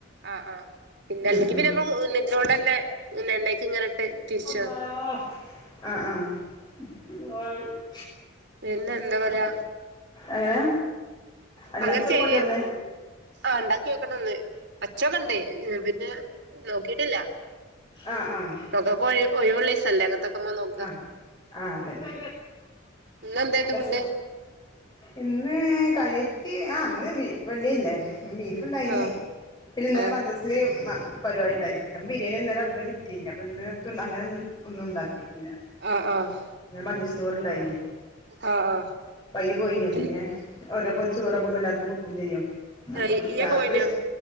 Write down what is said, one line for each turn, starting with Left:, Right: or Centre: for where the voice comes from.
Right: ആഹ് ആഹ് പിന്ന
Left: ഉം
Right: അല്ലെങ്കി
Left: ഉം
Right: പിന്നെ തിനോണ്ട്ന്നെ എണ്ണക്ക് ഇങ്ങനെ ഇട്ട് തിരിച്ചു
Left: അള്ള ആഹ് ആഹ്
Right: പിന്നെന്താ പറയ
Left: എങ്ങനെ ഉണ്ടാക്കി
Right: അങ്ങനെ ചെയ
Left: കൊണ്ടന്നെ
Right: ആണ്ടാക്കി നോക്കണം ഒന്ന് അച്ചു ഒക്കെ ഒണ്ട് പിന്നെ നോക്കിട്ടില്ല
Left: ആഹ് ആഹ്
Right: മക്കക്ക് ഒഴി ഒഴിവുള്ള ദിസല്ലേ അങ്ങത്തൊക്കമ്മ നോക്ക
Left: ആഹ് ആഹ് അതന്നെ
Right: ഇന്ന് എന്തായിരുന്നു
Left: എസ്
Right: ഫുഡ്
Left: ഇന്ന് കാര്യയ്റ്റ് ആഹ് ഇന്ന് മി വെള്ളി അല്ലേ ബീഫ് പ്പുണ്ടായിനി
Right: ആഹ്
Left: പിന്നെന്നലെ
Right: ആഹ്
Left: മദ്ർസ് സിലി മ പരിപാടിണ്ടായി നിപ്പ ബിരിയാണിന്നലെ അടുന്ന് കിട്ടി അയ്നി അപ്പൊ ഇന്ന് എത്തും അങ്ങനെന്ന് ഒന്നും ഉണ്ടാക്കിട്ടില്ല
Right: ആഹ് ആഹ്
Left: ഇന്ന് മജീസ്നൂർണ്ടായിനിം
Right: ആഹ്
Left: പ്പയിൻ പോയിനപ്പോ
Right: ആഹ്
Left: പിന്നെ ഓരോ പൊതി ചോറ്മ്മുക്ക് എല്ലാർക്കും കിട്ടും ചെയ്യും അപ്പം
Right: ആഹ് ഇയ്യ്
Left: രാത്രി
Right: പോയിനോ